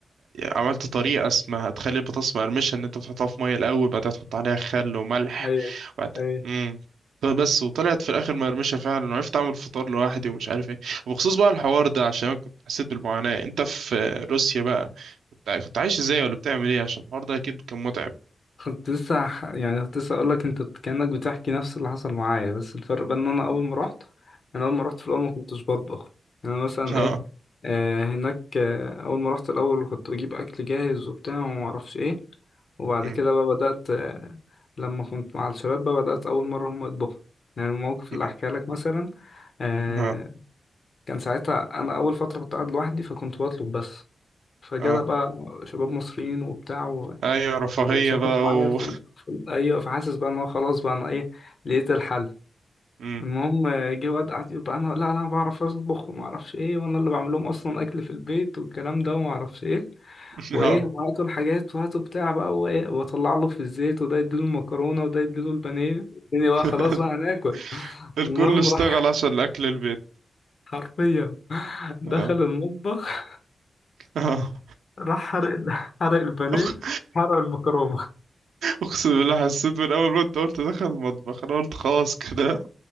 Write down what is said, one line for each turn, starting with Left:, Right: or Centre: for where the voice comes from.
Right: عملت طريقة اسمها تخلي البطاطس مقرمشة ان انت بتحطها في مية الاول بعدين تحط عليها خل وملح
Left: ايوه
Right: وبعد
Left: اي
Right: امم بس وطلعت في الاخر مقرمشة فعلا وعرفت اعمل فطار لوحدي ومش عارف ايه وبخصوص بقى الحوار ده عشان أنا كنت حسيت بالمعاناة انت في روسيا بقى كنت كنت عايش ازاي ولا بتعمل ايه عشان الحوار ده اكيد كان متعب
Left: كنت لسه ح- يعني كنت لسه اقول لك انت كأنك بتحكي نفس اللي حصل معايا بس الفرق بقى ان انا اول ما رحت انا اول ما رحت في الاول ما كنتش بطبخ يعني انا مثلا
Right: ها
Left: ايه آه هناك آه اول ما رحت الاول كنت بجيب اكل جاهز وبتاع وما اعرفش ايه وبعد
Right: مم.
Left: كده بقى بدأت آه لما كنت مع الشباب بقى بدأت اول مرة هم يطبخوا يعني الموقف
Right: مم.
Left: اللي احكي لك مثلا آه
Right: ها
Left: كان ساعتها انا اول فترة كنت قاعد لوحدي فكنت بطلب بس فجدا
Right: اه
Left: بقى شباب مصريين وبتاع
Right: ايوه رفاهية
Left: وساكنة
Right: بقى
Left: معايا
Right: و
Left: في, ال... في ال... أيوة فحاسس بقى إن هو خلاص بقى أنا إيه لقيت الحل
Right: مم.
Left: المهم آه، جه واد قعد يقول بقى أنا لا أنا بعرف أطبخ وما أعرفش إيه وأنا اللي بعمل لهم أصلا أكل في البيت والكلام ده وما أعرفش إيه وإيه
Right: ها
Left: وهاتوا الحاجات وهاتوا بتاع بقى وإيه وأطلع له في الزيت وده يديله المكرونة وده يديله البانيه الدنيا بقى
Right: <laughs>
Left: خلاص بقى هناكل <laughs>
Right: الكل
Left: المهم
Right: اشتغل
Left: راح
Right: عشان اكل البيت
Left: حرفيا دخل
Right: اه
Left: المطبخ
Right: اه
Left: راح حرق ال- حرق البانيه
Right: أق-
Left: حرق المكرونة
Right: اقسم بالله حسيت من اول ما انت قلت دخل المطبخ انا قلت خلاص كده